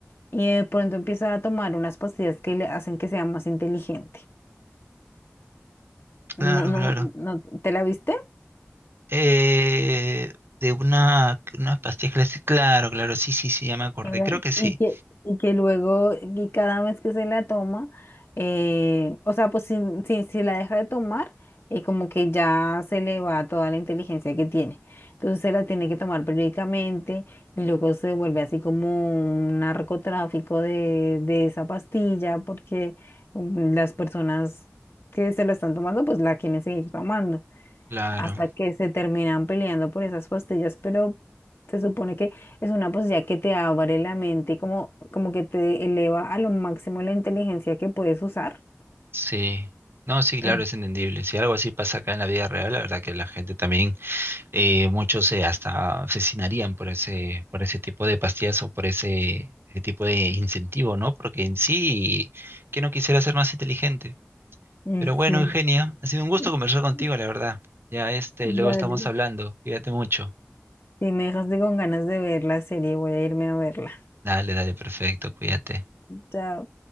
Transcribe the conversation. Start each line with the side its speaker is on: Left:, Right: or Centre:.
Left: y de pronto empieza a tomar unas pastillas que le hacen que sea más inteligente.
Right: Claro,
Left: No, no,
Right: claro.
Left: no, ¿te la viste?
Right: Eh, de una, unas pastillas clásicas. Claro, claro, sí, sí, sí, ya me acordé.
Left: que la-
Right: Creo que sí.
Left: Y que, y que luego, y cada vez que se la toma, eh, o sea, pues si, si, si la deja de tomar, eh, como que ya se le va toda la inteligencia que tiene. Entonces se la tiene que tomar periódicamente y luego se vuelve así como un narcotráfico de, de esa pastilla porque mm, las personas que se la están tomando, pues la quieren seguir tomando
Right: Claro,
Left: hasta que se terminan peleando por esas pastillas, pero se supone que es una posibilidad que te abre la mente y como, como que te eleva a lo máximo la inteligencia que puedes usar.
Right: sí. No, sí, claro,
Left: Em,
Right: es entendible. Si algo así pasa acá en la vida real, la verdad que la gente también eh, muchos se hasta asesinarían por ese, por ese tipo de pastillas o por ese, ese tipo de incentivo, ¿no? Porque en sí, que no quisiera ser más inteligente.
Left: Mm,
Right: Pero bueno,
Left: Sí.
Right: Eugenia, ha sido un gusto
Left: <laughs>
Right: conversar contigo, la verdad. Ya este, luego
Left: Dale,
Right: estamos hablando. Cuídate mucho.
Left: Si me dejaste con ganas de ver la serie, voy a irme a verla.
Right: Dale, dale, perfecto, cuídate.
Left: Chao.